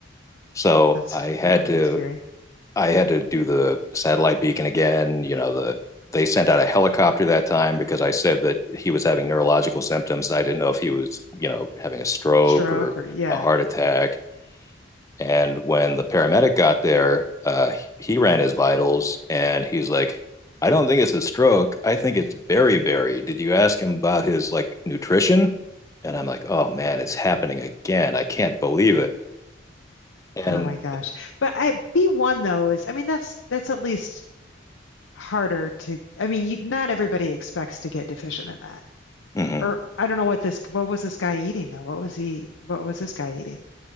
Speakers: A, on the left (about 15°); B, on the left (about 80°).
A: So
B: that's
A: I had
B: that would have
A: to
B: been scary.
A: I had to do the satellite beacon again. You know, the they sent out a helicopter that time because I said that he was having neurological symptoms. I didn't know if he was, you know, having a stroke
B: Stroke
A: or
B: or yeah.
A: a heart attack. And when the paramedic got there, uh, he ran his vitals and he's like, I don't think it's a stroke. I think it's beriberi. Did you ask him about his like nutrition? And I'm like, oh man, it's happening again. I can't believe it. And
B: Oh my gosh. But I B1 though is, I mean, that's that's at least harder to. I mean, you, not everybody expects to get deficient in that.
A: mm-hmm.
B: Or I don't know what this. What was this guy eating though? What was he? What was this guy eating?